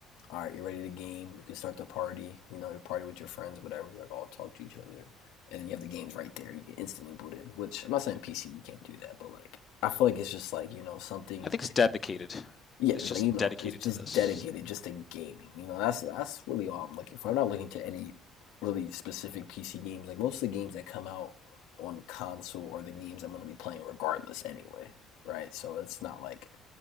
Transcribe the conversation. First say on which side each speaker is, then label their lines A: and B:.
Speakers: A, on the left; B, on the left.
A: All right, you're ready to game. You can start the party. You know, you party with your friends, whatever. You like all talk to each other, and then you have the games right there. You can instantly boot in. Which I'm not saying PC you can't do that, but like I feel like it's just like you know something
B: I think it's dedicated.
A: yeah,
B: It's
A: like
B: just
A: you know,
B: dedicated
A: it's just
B: to this.
A: dedicated just to gaming. You know, that's that's really all I'm looking for. I'm not looking to any really specific PC games. Like most of the games that come out on console are the games I'm going to be playing regardless anyway, right? So it's not like